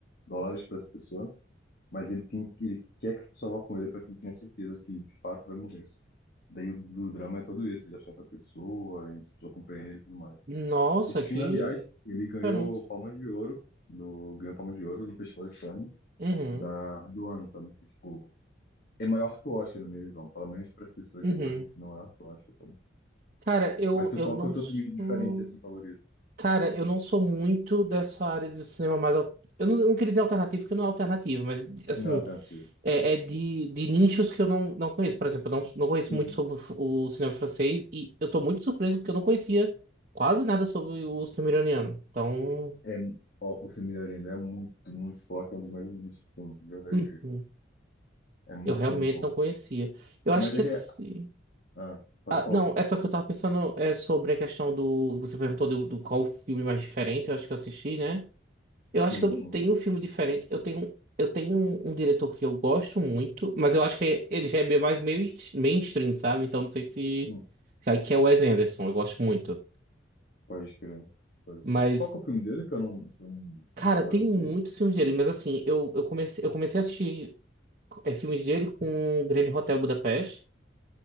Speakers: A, on the left (about 50°); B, on the right (about 45°).
A: dólares para essa pessoa Mas ele tem, ele quer que essa pessoa vá com ele para que ele tenha certeza que de fato vai morrer. Daí o, o drama é todo esse, ele achar essa pessoa, a pessoa acompanhar ele e tudo mais.
B: Nossa,
A: Esse
B: que
A: filme, aliás, ele ganhou
B: diferente.
A: Palma de Ouro, no, ganhou Palma de Ouro no Festival de Cannes
B: Uhum,
A: da, do ano, sabe? Que, tipo, é maior que o Oscar, na minha visão. Pelo menos para as pessoas
B: uhum.
A: que gostam de filme, é maior que o Oscar, sabe?
B: Cara, eu,
A: Mas tu,
B: eu
A: qual
B: não
A: que é o teu
B: sou.
A: filme diferente, assim, favorito?
B: Cara, eu não sou muito dessa área de cinema mais. al- Eu não, eu não queria dizer alternativo, porque não é alternativo, mas assim.
A: Não, Alternativo.
B: É,
A: É.
B: é de, de nichos que eu não, não conheço. Por exemplo, eu não, não conheço
A: Sim,
B: muito sobre o f- o cinema francês e eu tô muito surpreso porque eu não conhecia quase nada sobre o cinema iraniano. Então,
A: é, ó, o Cine Arena é muito, muito forte, é um dos mais bonitos que tem, de verdade
B: uhum,
A: mesmo. É muito,
B: eu realmente
A: muito bom.
B: não conhecia. Eu acho
A: Mas
B: que
A: é
B: assim.
A: que. Ah, pode
B: Ah,
A: falar.
B: não, é só que eu tava pensando é, sobre a questão do. Você perguntou do, do qual o filme mais diferente, eu acho que eu assisti, né? Eu
A: Sim,
B: acho que eu não
A: sim,
B: tenho um filme diferente. Eu tenho, eu tenho um, um diretor que eu gosto muito, mas eu acho que ele já é meio mais meio est- mainstream, sabe? Então não sei se.
A: sim.
B: Cara, Que é o Wes Anderson, eu gosto muito.
A: Pode crer. Pode
B: Mas,
A: crer. Qual que é o filme dele que eu não. que eu não-
B: cara,
A: agora
B: tem
A: não sei.
B: muitos filmes dele. Mas assim, eu, eu comecei, eu comecei a assistir é, filmes dele com o Grande Hotel Budapeste.